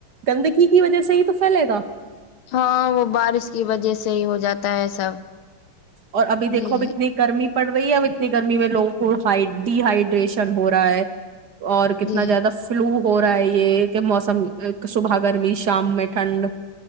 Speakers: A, on the right; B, on the left.
A: گندگی کی وجہ سے ہی تو پھیلے گا
B: ہاں وہ بارش کی وجہ سے صحی ہو جاتا ہے سب
A: اور ابھی دیکھو
B: جی
A: اب اتنی گرمی پڑ رہی ہے اب اتنی گرمی میں لوگوں کو ہ ڈی ہائڈریشن ہو رہا ہے اور کتنا
B: جی
A: زیادہ فلو ہو رہا ہے یہ کہ موسم صبح گرمی شام میں ٹھنڈ